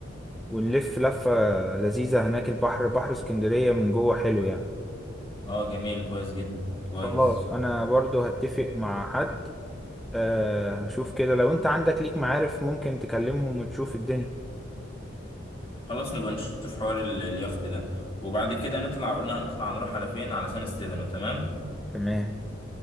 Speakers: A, in the centre; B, on the left.
A: ونلف لفة لذيذة هناك البحر بحر اسكندرية من جوه حلو يعني
B: اه جميل كويس جدا كويس
A: خلاص أنا برضو هتفق مع حد أه هشوف كده لو أنت عندك ليك معارف ممكن تكلمهم وتشوف الدنيا
B: خلاص نبقى نشوف حوار ال- اليخت ده وبعد كده نطلع قلنا هنطلع نروح على فين على سان ستيفانو تمام
A: تمام